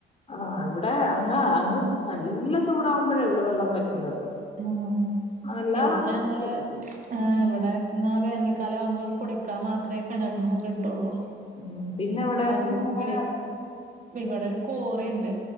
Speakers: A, on the left; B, on the right.
A: ആഹ് ഇവിടെ അങ്ങ് അങ്ങ് നല്ല ചൂടാവുമ്പോഴേ ഉള്ളു വെള്ളൻ പറ്റുന്നത്
B: ആഹ്
A: അല്ലാതെ
B: ഇവിടെ
A: അങ്ങനെ
B: ഞങ്ങള്
A: അങ്ങ് പറ്റത്തില്ല ഉം
B: ആ ഇവിടെ എന്നാ വേനൽക്കാലം ആവുമ്പോം കുടിക്കാൻ മാത്രമേ കിണർന്ന കിട്ടുള്ളൂ
A: ഉം പിന്നെ ഇവിടെ
B: അല്ലെങ്കിൽ
A: പിന്നെ എങ്ങനെ
B: ഇവിടെ ഒരു കോറുണ്ട്